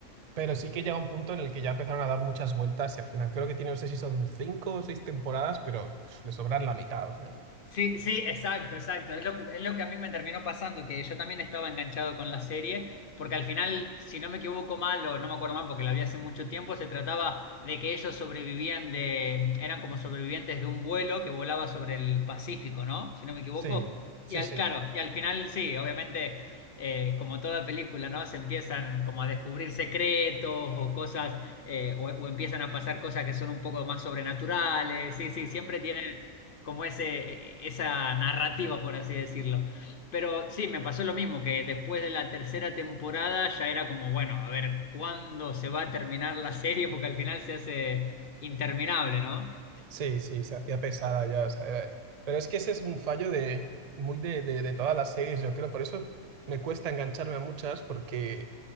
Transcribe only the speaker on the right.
Pero sí que llega un punto en el que ya empezaron a dar muchas vueltas y al final creo que tiene, no sé si son cinco o seis temporadas, pero pf, le sobran la mitad. O sea,
sí, sí,
sí.
Sí, sí, se hacía pesada ya. o sea, era- Pero es que ese es un fallo de muy de, de, de todas las series, yo creo. Por eso me cuesta engancharme a muchas, porque,